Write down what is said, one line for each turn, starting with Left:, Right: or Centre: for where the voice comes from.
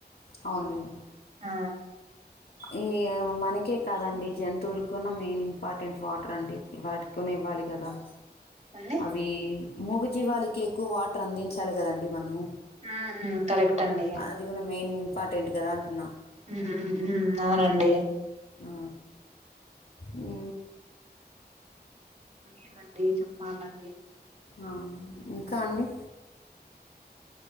Left: అవునులేండి
Right: ఆ
Left: ఈ మనకే కాదండి జంతువుల కూడా మెయిన్ ఇంపార్టెంట్ వాటర్ అండి వాటి కూడా ఇవ్వాలి కదా
Right: అండి
Left: అవి మూగ జివాళ్ళకి ఎక్కువ వాటర్ అందించాలి కదండి మనము
Right: హ్మ్ కరెక్ట్ అండి
Left: అది కూడా మెయిన్ ఇంపార్టెంట్ కదా అంటున్నా
Right: హ్మ్ హు అవునండి
Left: ఆ హూ
Right: ఏమండి చెప్పాలండి
Left: ఆ ఇంకా అండి